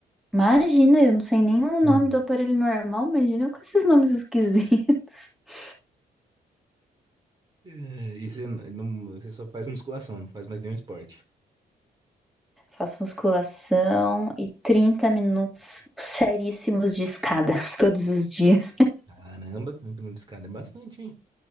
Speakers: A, in the centre; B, on the right (about 25°).
A: Imagina, eu não sei nem o
B: Hum.
A: nome do aparelho normal, imagina com esses nomes esquisitos. <laughs>
B: É, e você, n- não, você só faz musculação, não faz mais nenhum esporte.
A: Faço musculação e 30 minutos seríssimos de escada <laughs> todos os dias.
B: Caramba, muito escada é bastante, hein?